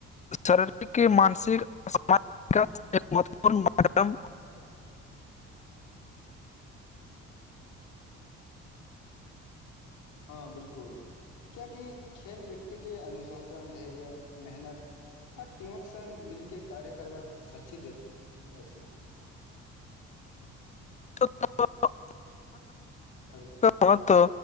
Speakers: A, on the left; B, on the left.
A: शारीरिक के मानसिक महत्वपूण <unintelligible> माध्यम
B: हँ बिलकुल क्येकि खेल व्यक्ति के अनुशासन धैर्य मेहनत आ टीमक संग मिलके कार्य करबाक सची देत अछि
A: त <inaudible>
B: हेलो
A: महत्व